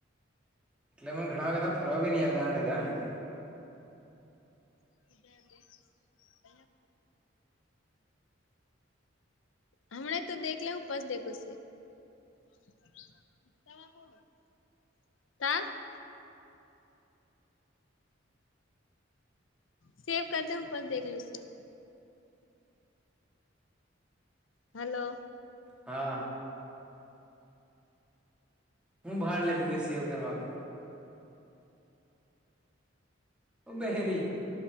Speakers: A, in the centre; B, on the left.
A: એટલેને ઘણા બધા ફરવા <unintelligible>
B: <inaudible> હમણા તો દેખ લ હું <unintelligible> <inaudible> સેવ કર દેખ <unintelligible> દેખ <unintelligible> હલો.
A: હા! હું ભાડ લેતી તી સેવ કરવા કે. બેહેરી.